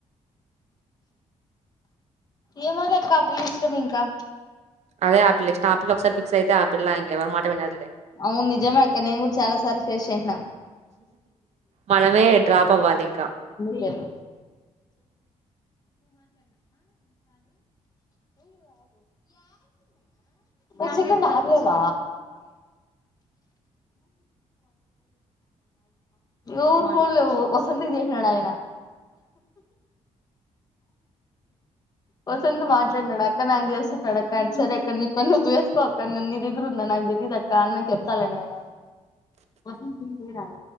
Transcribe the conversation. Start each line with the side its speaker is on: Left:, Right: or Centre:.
Left: ఏమో లెక్క ఆపిల్లిష్టం ఇంకా
Right: అదే ఆ పిల్ల ఇష్టం ఆ పిల్ల ఒకసారి ఫిక్స్ అయితే ఆ పిల్ల ఇంకా ఎవరు మాట వినదులే
Left: అవును నిజమే అక్క నేను కూడా చాలా సార్ ఫేస్ చేసిన
Right: మనమే డ్రాప్ అవ్వాలి ఇంకా
Left: చెప్ కొంచెపన్న ఆగలేవ ఎవరు ఫోన్లో వస్ వసంత్ కి చేసినడు ఆయన వసంత్ మాట్లాడనాడు అక్క నాకు చేస్తున్నాడక్క అని సరే అక్క నీ పని నువ్వు చేసుకో అక్క నేను నీ దగ్గరున్నా నాకు తెలీదు అక్క అన్న కి చెప్తాలే నేను వం త లే రావ